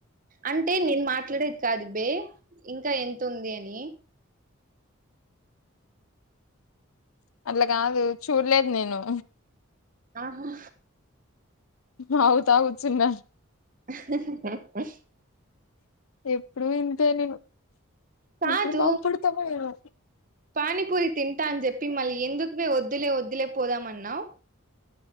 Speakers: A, on the right (about 40°); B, on the left (about 75°).
A: అంటే నేను మాట్లాడేది కాదు బే ఇంకా ఎంత ఉంది అని
B: అట్లా కాదు చూడలేదు నేను
A: ఆహా
B: తాగుతా కూర్చున్న
A: <inaudible>
B: ఎప్పుడు ఇంతే నేను
A: కాదు
B: ఎప్పుడు బాగు పడతామో ఏమో
A: పానీపూరి తింటా అని చెప్పి మళ్ళీ ఎందుకువే వద్దులే వద్దులే పోదామన్నావ్